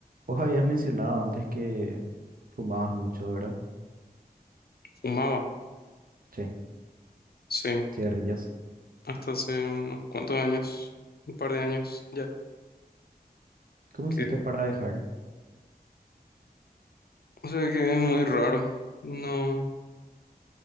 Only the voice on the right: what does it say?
Vos habías mencionado antes que fumabas mucho, ¿verdad?
Sí,
cigarrillas.
¿Cómo
hiciste para dejar?